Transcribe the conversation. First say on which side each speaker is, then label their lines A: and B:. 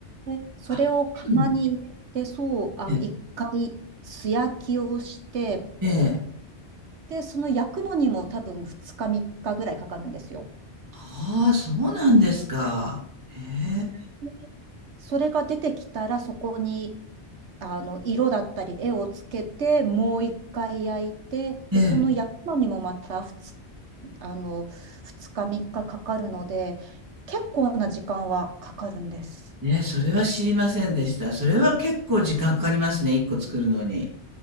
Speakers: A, on the right; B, on the right.
A: でそれを釜に入れてそうあの一回素焼きをして
B: あ、そうなんええ。ええ。
A: でその焼くのにも多分2日3日ぐらいかかるんですよ。
B: ああ、そうなんですか。へ
A: はい。それが出てきたらそこにあの色だったり絵をつけてもう一回焼いてでその焼くのにもまた2、
B: え。ええ。
A: あの2日3日かかかるので結構な時間はかかるんです。
B: ねえ、それは知りませんでした。それは結構時間かかりますね、一個作るのに。